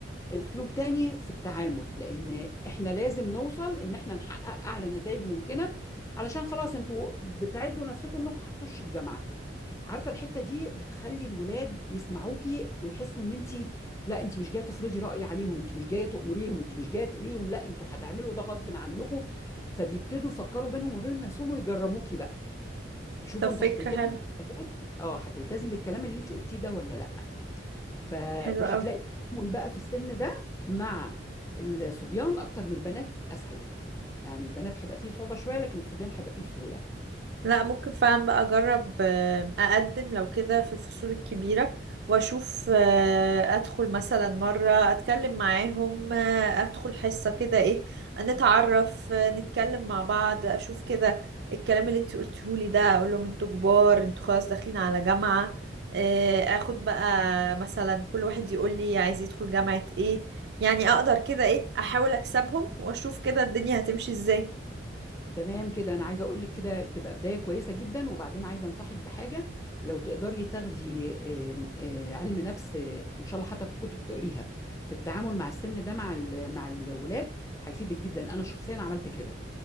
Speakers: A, on the left (about 15°); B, on the right (about 60°).
A: اسلوب تاني في التعامل لان احنا لازم نوصل ان احنا نحقق اعلى نتائج ممكنه علشان خلاص انتوا بتعدوا نفسكم انكم هتخشوا الجامعه عارفه الحته دي بتخلي الولاد يسمعوكي ويحسوا ان انت لا انت مش جايه تفرضي راي عليهم انت مش جايه تامريهم انت مش جايه تقولي لهم لا انتوا هتعملوا ده غصب عنكم فبيبتدوا يفكروا بينهم وبين نفسهم ويجربوكي بقى يشوفوا
B: طب فكرة
A: انتوا هتلتزم
B: حلوة
A: اه هتلتزم بالكلام اللي انت قلتيه ده ولا لا ف
B: حلوة
A: وهتلاقي
B: أوي
A: التعامل بقى في السن ده مع الصبيان اكتر من البنات اسهل يعني البنات هيبقى فيه صعوبه شويه لكن الصبيان هيبقى فيه سهوله
B: لا ممكن فعلا بقى اجرب آه، اقدم لو كده في الفصول الكبيرة واشوف آه، ادخل مثلا مرة اتكلم معاهم آه، ادخل حصة كده ايه نتعرف آه، نتكلم مع بعض اشوف كده الكلام اللي انت قلتهولي ده اقول لهم انتوا كبار انتوا خلاص داخلين على جامعة آه، اخد بقى مثلا كل واحد يقول لي عايز يدخل جامعة ايه يعني اقدر كده ايه احاول اكسبهم واشوف كده الدنيا هتمشي ازاي
A: تمام كده انا عايزه اقول لك كده تبقى بدايه كويسه جدا وبعدين عايزه انصحك بحاجه لو تقدري تاخدي آم، آه، علم نفس آه، ان شاء الله حتى كتب تقريها في التعامل مع السن ده مع ال- مع الولاد هيفيدك جدا انا شخصيا عملت كده